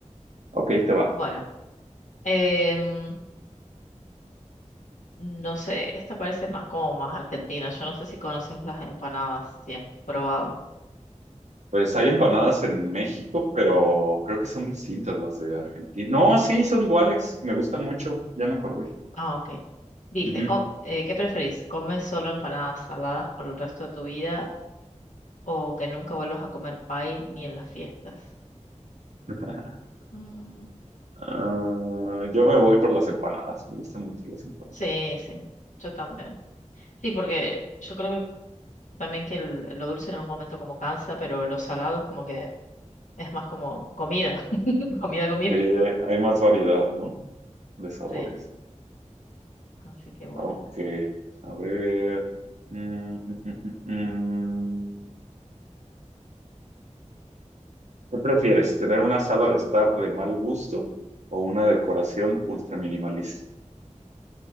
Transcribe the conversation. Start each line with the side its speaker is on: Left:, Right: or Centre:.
Right: Ok, te va.
Left: Bueno, em, no sé, esta parece más como más argentina. Yo no sé si conoces las empanadas, si has probado.
Right: Pues hay empanadas en México, pero creo que son distintas las de Argentina. No, sí, son iguales. Me gustan mucho. Ya me acordé.
Left: Ah, ok. Dice,
Right: Ujú.
Left: co- eh, ¿qué preferís? ¿Comes solo empanadas saladas por el resto de tu vida o que nunca vuelvas a comer pie ni en las fiestas?
Right: <laughs>
Left: Mm,
Right: Ah, yo me voy por las empanadas. Me gustan mucho las empanadas.
Left: sí, sí, yo también. Sí, porque yo creo que también que el- lo dulce en algún momento como cansa, pero los salados como que es más como comida, <laughs> comida, comida.
Right: Sí, hay hay más variedad, ¿no? De sabores.
Left: Sí, así que bueno.
Right: Ok. A ver. Mm, mm, mm, mm, mm. ¿Qué prefieres? ¿Tener una sala de estar de mal gusto o una decoración ultra minimalista?